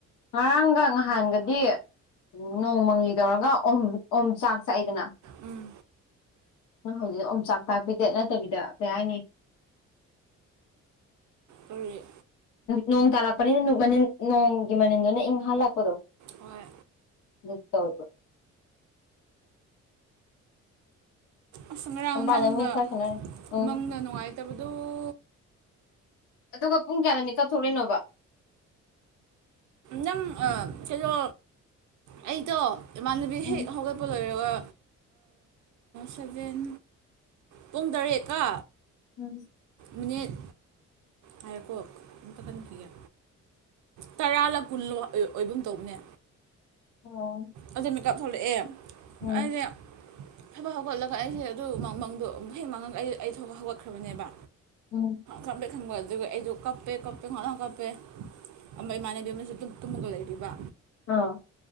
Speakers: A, on the left; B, on the right.
A: ꯉꯔꯥꯡꯒ ꯅꯍꯥꯟꯒꯗꯤ ꯎꯝ ꯅꯣꯡꯃꯪꯒꯤ ꯇꯧꯔꯒ ꯑꯣꯝ ꯆꯥꯛ ꯆ ꯑꯩꯗꯅ
B: ꯎꯝ
A: ꯣꯏ ꯍꯧꯖꯤꯛ ꯑꯝ ꯆꯥꯛ ꯇꯥꯛꯄꯤꯗꯦ ꯅꯠꯇꯕꯤꯗ ꯀꯩ ꯍꯥꯏꯅꯤ
B: ꯑꯣꯏꯔꯦ
A: ꯅꯣꯡ ꯇꯥꯔꯛꯄꯅꯤꯅ ꯃ ꯅꯣꯡꯒꯤ ꯃꯅꯤꯜꯗꯨ ꯅ ꯏꯪ ꯍꯜꯂꯛꯄꯗꯣ
B: ꯍꯣꯏ
A: ꯅꯨꯠꯇꯒ
B: ꯑꯁ ꯉꯔꯥꯡ
A: ꯃꯄꯥꯟꯗ
B: ꯃꯪꯗ
A: ꯃꯤ ꯈꯔ ꯁꯥꯟꯅꯔꯤ ꯎꯝ
B: ꯃꯪꯗ ꯅꯨꯡꯉꯥꯏꯇꯕꯗꯨꯣ
A: ꯑꯗꯨꯒ ꯄꯨꯡ ꯀꯌꯥꯗ ꯃꯤꯠ ꯀꯛꯊꯣꯛꯂꯏꯅꯣꯕ
B: ꯅꯪ ꯀꯩꯅꯣ ꯑꯩꯗꯣ ꯏꯃꯥꯟꯅꯕꯤ
A: ꯎꯝ
B: ꯍꯦꯛ ꯍꯧꯒꯠꯄ ꯂꯣꯏꯔꯒ ꯁꯚꯦꯟ ꯄꯨꯡ ꯇꯔꯦꯠꯀ
A: ꯎꯝ
B: ꯃꯤꯅꯤꯠ ꯍꯥꯏꯔꯦꯀꯣ ꯑꯝꯇ ꯈꯟꯈꯤꯒꯦ ꯇꯔꯥ ꯂ ꯀꯨꯟ ꯑꯣꯏꯕ ꯇꯧꯕꯅꯦ
A: ꯑꯣ
B: ꯑꯗꯨꯗꯅ ꯀꯥ ꯊꯣꯛꯂꯛꯑꯦ
A: ꯎꯝ
B: ꯑꯩꯁꯦ ꯊꯕꯛ ꯍꯧꯒꯠꯂꯒ ꯑꯩꯁꯦ ꯑꯗꯨ ꯃꯃꯪꯗꯣ ꯍꯦꯛ ꯃꯉꯪ ꯑꯩ ꯑꯩ ꯊꯕꯛ ꯍꯧꯒꯠꯈ꯭ꯔꯕꯅꯦꯕ
A: ꯎꯝ
B: ꯈꯪꯄ꯭ꯔꯦꯛ ꯈꯪꯕ ꯑꯗꯨꯒ ꯑꯩꯁꯨ ꯀꯞꯄꯦ ꯀꯞꯄꯦ ꯈ ꯀꯞꯄꯦ ꯑꯝꯕ ꯏꯃꯥꯟꯅꯕꯤ ꯑꯃꯅꯁꯨ ꯑꯗꯨꯨꯝ ꯇꯨꯝꯃꯒ ꯂꯩꯔꯤꯕ
A: ꯑꯥ